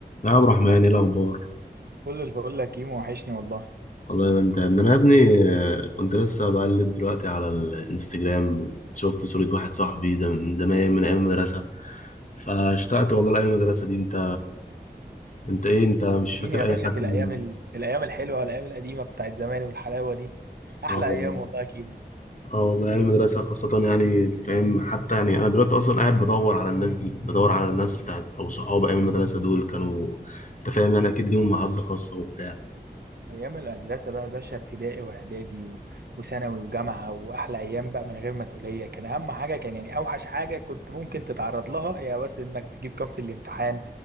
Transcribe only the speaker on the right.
كل الفل يا كيمو وحشني والله
اديني
يا
باشا
في الايام
ال... في الايام الحلوه والايام القديمه بتاعت زمان والحلاوه دي احلى
ايام والله يا كيمو
ايام المدرسه بقى يا باشا ابتدائي واعدادي و... وثانوي وجامعه واحلى ايام بقى من غير مسؤوليه كان اهم حاجه كان يعني اوحش حاجه كنت ممكن تتعرض لها يا بس انك تجيب كام في الامتحان